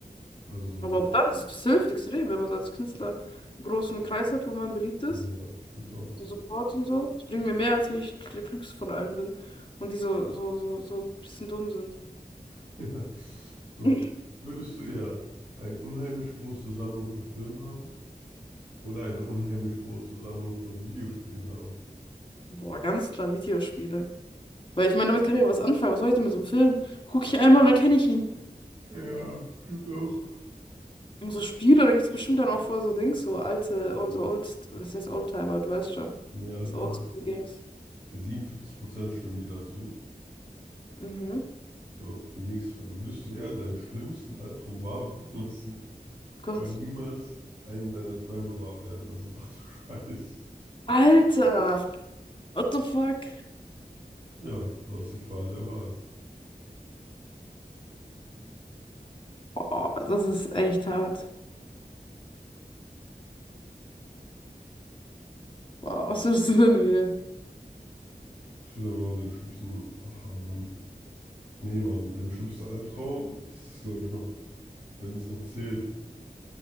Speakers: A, on the right; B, on the left.
A: Also,
B: aber auch dann, das, Mhm. das hilft extrem, wenn man so als Künstler einen großen Kreis hat, wo man beliebt ist.
A: ja, stimmt auch.
B: So Support und so. Das bringt mir mehr, als wenn ich der Klügste von allen bin. Und die so, so, so, so ein bisschen dumm sind.
A: <laughs> Ja. So,
B: <laughs>
A: würdest du eher eine unheimlich große Sammlung von Filmen haben oder eine unheimlich große Sammlung von Videospielen haben?
B: Boah, ganz klar Videospiele. Weil ich meine, damit kann ich ja was anfangen. Was soll ich denn mit so einem Film? Gucke ich einmal und dann kenne ich ihn.
A: Ja, stimmt auch.
B: Und so Spiele, da gibt es bestimmt dann auch voll so Dings, so alte, so old, was heißt Oldtimer, du weißt schon.
A: Ja,
B: So
A: genau.
B: Oldschool-Games.
A: 57% stimmen dir dazu.
B: Mhm.
A: So, die nächste Frage. Würdest du eher deinen schlimmsten Albtraum wahr werden lassen
B: Gott.
A: oder niemals einen deiner Träume wahr werden lassen? Ach du Scheiß.
B: Alter! What the fuck?
A: Ja, du hast die Qual der Wahl.
B: Oh, das ist echt hart. Wow, was würdest du denn wählen?
A: Ich würde einfach den schlimmsten. Ach, Mann. Nee, Mann, mein schlimmster Albtraum, das ist, glaube ich, noch. wenn es noch zählt.